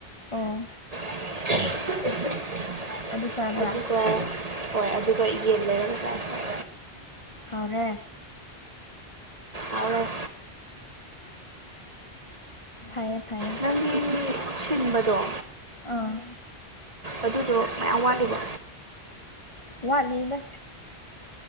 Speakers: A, on the left; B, on the right.
A: ꯑꯥꯑ
B: UNINTELLIGIBLE
A: ꯑꯗꯨ ꯆꯥꯕ꯭ꯔꯥ
B: ꯍꯣꯏ ꯑꯗꯨꯒ ꯌꯦꯟ ꯂꯩꯔꯝꯗꯥꯏ
A: ꯍꯥꯎꯔꯦ
B: UNINTELLIGIBLE
A: ꯐꯩꯌꯦ ꯐꯩꯌꯦ
B: ꯅꯪꯒꯤ ꯃꯤ ꯁꯤꯟꯕꯗꯣ
A: ꯑꯥꯑ
B: ꯑꯗꯨꯗꯣ ꯃꯌꯥꯝ ꯋꯥꯠꯂꯤꯕꯣ
A: ꯋꯥꯠꯂꯤꯗ